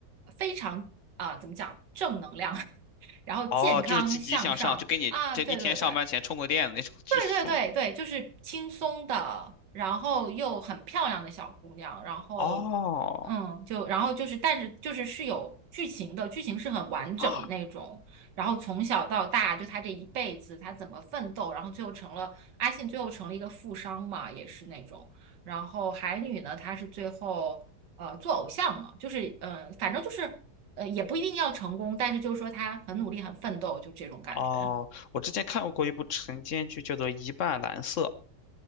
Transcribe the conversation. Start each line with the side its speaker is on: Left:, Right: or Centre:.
Right: 非常啊、怎么讲正能量，<laughs> 然后健康向上啊，
Left: 哦，就是积极向上，就给你这一天上班前充过电的那种剧是吗？
Right: 对对对，对对对对，就是轻松的，然后又很漂亮的小姑娘，然后
Left: <laughs> 哦，
Right: 嗯，就然后就是，但是就是是有剧情的，剧情是很完整的那种。
Left: 啊，
Right: 然后从小到大，就她这一辈子，她怎么奋斗，然后最后成了阿信，最后成了一个富商嘛，也是那种。然后海女呢，她是最后呃做偶像了，就是呃，反正就是呃，也不一定要成功，但是就是说她很努力，很奋斗，就这种感觉。
Left: 哦，我之前看过一部晨间剧，叫做《一半蓝色》，